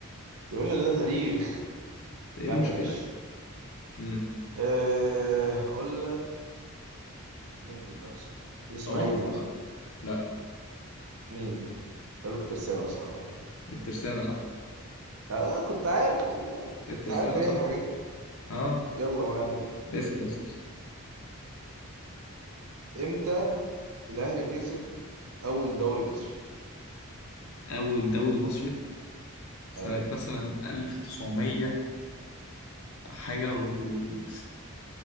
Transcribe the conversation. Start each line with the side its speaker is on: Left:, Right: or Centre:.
Right: يا باشا ده تاريخ
Left: ده ايه
Right: يا
Left: المشكلة
Right: عم ماشي
Left: مم.
Right: أه هقول لك نهبط بس الاسماعيلي
Left: توقع
Right: مثلا
Left: بقى لا
Right: مين هقول لك ترسانة مثلا ولا حاجة.
Left: الترسانة صح
Right: اه كنت عارف والله
Left: الترسانة
Right: كنت عارف ايه
Left: صح
Right: الحاجات دي
Left: اه
Right: يلا ما علينا
Left: اسأل اسأل
Right: امتى الاهلي كسب اول دوري مصري
Left: أول دوري مصري سنة
Right: ايوه
Left: مثلا 1900 حاجة و40